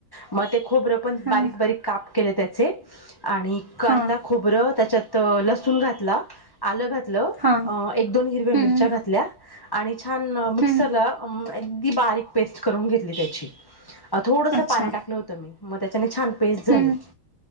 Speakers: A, on the left (about 25°); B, on the right (about 30°).
A: मग ते खोबर पण
B: हा
A: बारीक बारीक काप केले त्याचे आणि.. कांदा
B: हा
A: खोबरं त्याच्यात लसूण घातला आलं घातलं.
B: हां
A: एक दोन हिरव्या
B: हं
A: मिरच्या घातल्या आणि छान मिक्सरला
B: हं
A: अगदी बारीक. पेस्ट करून घेतली त्याची थोडस
B: अच्छा
A: पाणी टाकलं होत मी त्यामध्ये छान.. झाले
B: हं